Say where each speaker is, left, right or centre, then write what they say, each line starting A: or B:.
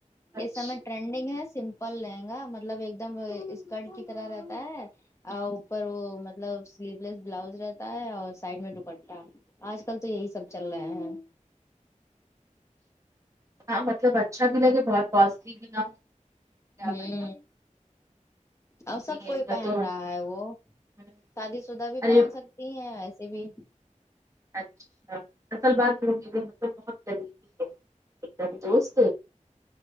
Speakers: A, on the right; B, on the left.
A: اچھا
B: اس سمے ٹرینڈنگ ہے سمپل لہنگا مطلب ایک دم وہ اسکرٹ کی طرح رہتا ہےاو پر وہ مطلب سلیو لیس بلاؤز رہتا ہے اور سائڈ میں ڈوپٹہ آج کل تو یہی سب چل رہا ہے
A: ہاں مطلب اچھا بھی لگے بہت کاسٹلی بھی نہ ہو کیا
B: ہوں
A: کرنا
B: اور سب
A: یہ
B: کوئی
A: تو
B: پہن
A: تو-
B: رہا ہے وہ
A: ہوں،
B: شادی شدہ بھی
A: ارے
B: پہن سک تی ہیں ایسے بھی
A: اچھا اصل بات تو میرے مطلب بہت بہت قریبی ہے ایک دم دوست